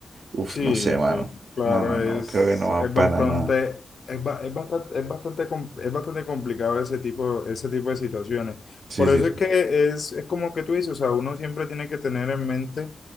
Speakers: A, on the right (about 75°); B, on the left (about 60°).
A: Uf,
B: sí,
A: no sé, mano.
B: sí, claro,
A: No, no, no,
B: es,
A: creo que no va
B: es
A: para
B: bastante,
A: nada.
B: es, ba- es bastante, es bastante, com- es bastante complicado ese tipo, ese tipo de situaciones.
A: Sí,
B: Por
A: sí,
B: eso
A: sí.
B: es que es, es como que tú dices, o sea, uno siempre tiene que tener en mente,